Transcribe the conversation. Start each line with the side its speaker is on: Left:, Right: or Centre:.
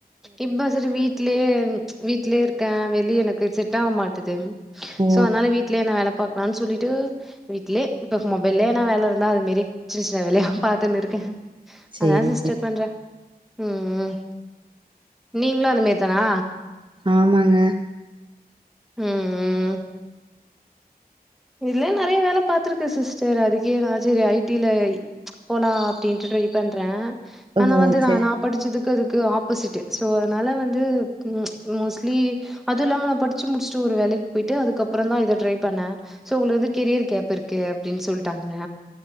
Centre: இப்ப சரி வீட்லே ம் ச் வீட்லயே இருக்கேன் வெளிய எனக்கு செட்டாக மாட்டுது
Right: ஓ
Centre: சோ அதனால வீட்லே நா வேல பாக்கலான்னு சொல்லிட்டு வீட்லயே இப்ப மொபைல்லயே நா வேல இரு நா அதுமேரி சின்ன சின்ன வேலையா பாத்துன்னு இருக்கே
Right: சேரி
Centre: அதா சிஸ்டர்
Right: சேரி
Centre: பண்றே உம் நீங்களு அந்த மேரி தானா
Right: ஆமாங்க
Centre: உம் இல்ல நெறைய வேல பாத்திருக்கு சிஸ்டர் அதுக்கே நா சரி ஐ டில போலா அப்டின்ட்டு ட்ரை பண்றே. ஆனா
Right: ஓ
Centre: வந்து
Right: சேரி
Centre: நா நான் படிச்சதுக்கு க்குதுக்கு ஆப்போசிட் சோ அதனால வந்து ம்ச் மோஸ்ட்லி அது இல்லாம நா படிச்சு முடிச்சுட்டு ஒரு வேலைக்கு போயிட்டு அதுக்கப்பறோ தா இத ட்ரை பண்ண சோ உங்களுக்கு வந்து கெரியர் கேப் இருக்கு அப்டின்னு சொல்ட்டாங்க